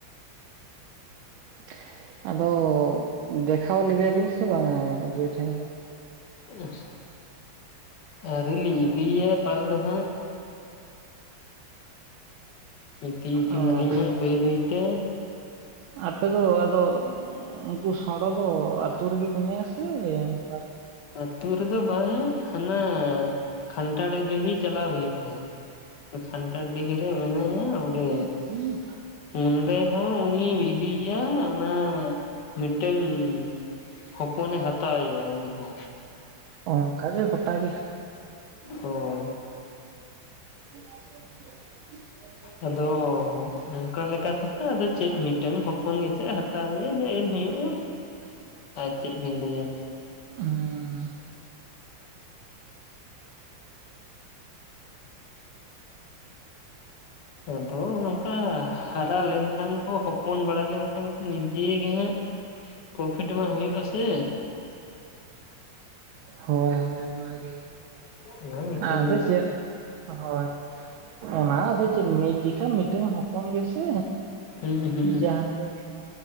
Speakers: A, on the right; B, on the left.
A: <inaudible> ᱟᱫᱚ ᱫᱮᱠᱷᱟᱣ ᱞᱮᱫᱮᱭᱟ ᱵᱤᱱ ᱥᱮ ᱵᱟᱝᱟ ᱤᱭᱟᱹ ᱴᱷᱮᱱ ᱫᱚ?
B: ᱟᱸᱥ ᱟᱹᱣᱨᱤᱞᱤᱧ ᱤᱫᱤᱭ ᱭᱟ ᱯᱟᱞ ᱫᱩ ᱦᱟᱸᱜ᱾ ᱤᱫᱤᱭ ᱠᱤᱱᱟ
A: ᱚ
B: ᱞᱤᱧ ᱦᱟᱸᱜ ᱵᱟᱹᱭ ᱵᱟᱹᱭ ᱛᱮ᱾
A: ᱟᱯᱮ ᱫᱚ ᱟᱫᱚ ᱩᱸᱜᱼᱼ ᱩᱸᱻ ᱩᱱᱠᱩ ᱥᱟᱸᱬᱚ ᱫᱚ ᱟᱛᱩ ᱨᱮ ᱜᱮ ᱢᱮᱱᱟᱭᱟ ᱥᱮ ᱮᱸ ᱚᱠᱟ ᱨᱮ?
B: ᱟᱹᱛᱩ ᱨᱮᱫᱚ ᱵᱟᱝ ᱦᱟᱱᱟᱼᱼ ᱟᱸ ᱠᱷᱟᱱᱴᱟᱲ ᱰᱤᱦᱤᱸ ᱨᱮᱦ ᱪᱟᱞᱟᱣ ᱦᱩᱭᱩᱜ-ᱟᱸ᱾ ᱠᱷᱟᱱᱴᱟᱲ ᱰᱤᱦᱤ ᱨᱮ ᱢᱮᱱᱟᱭᱟ ᱚᱸᱰᱮ᱾
A: ᱦᱩᱸᱜ᱾
B: ᱚᱸᱰᱮ ᱦᱚᱸ ᱩᱱᱤ ᱤᱫᱤᱭ ᱭᱟ ᱚᱱᱟ ᱢᱤᱫᱴᱟᱹᱝᱼᱼ ᱦᱚᱯᱚᱱᱮ ᱦᱟᱛᱟᱣᱮᱭᱟ ᱩᱱᱤ ᱦᱚᱸ᱾
A: ᱚᱱᱠᱟ ᱜᱮ ᱜᱚᱴᱟ ᱜᱮ᱾
B: ᱦᱚᱭ᱾
A: <inaudible>
B: ᱟᱫᱚ ᱚᱱᱠᱟ ᱞᱮᱠᱟ ᱛᱮ ᱦᱟᱸᱜ ᱟᱫᱚ ᱪᱮᱫ ᱢᱤᱫᱴᱟᱝ ᱦᱚᱯᱚᱱ ᱜᱮᱥᱮ ᱦᱟᱛᱟᱣᱮᱭᱟ ᱡᱮ ᱮᱢ ᱦᱩᱭᱩᱜ-ᱟ᱾
A: ᱦᱮᱸ᱾ <inaudible>
B: ᱟᱨ ᱪᱤᱜ ᱵᱤᱱ ᱞᱟᱹᱭᱟ᱾
A: ᱦᱚᱸᱻᱩᱸ᱾
B: ᱟᱫᱚ ᱱᱚᱝᱠᱟ ᱦᱟᱨᱟ ᱞᱮᱱ ᱠᱷᱟᱱ ᱠᱚ ᱦᱚᱯᱚᱱ ᱵᱟᱲᱟ ᱞᱮᱱ ᱠᱷᱟᱱ ᱱᱤᱡᱮᱜ ᱜᱮᱦᱟᱸᱜᱼᱼ ᱯᱨᱚᱯᱷᱤᱴ ᱢᱟ ᱦᱩᱭᱩᱜ-ᱟ ᱥᱮ᱾
A: ᱦᱚᱭ ᱦᱚᱭ ᱚᱱᱟᱜᱮ,
B: ᱚᱱᱟ ᱢᱤᱫᱴᱮᱱ
A: ᱟᱫᱚ
B: ᱜᱮ
A: ᱪᱮᱫ? ᱦᱚᱭ ᱚᱱᱟ ᱟᱫᱚ ᱪᱮᱫ ᱢᱤᱫ ᱡᱤᱠᱷᱟᱱ ᱢᱤᱫᱴᱮᱱ ᱦᱚᱯᱚᱱ ᱜᱮᱥᱮ᱾
B: ᱦᱩᱸ ᱦᱩᱸ
A: ᱡᱟᱷᱟᱸᱼᱼ ᱦᱳᱭᱻ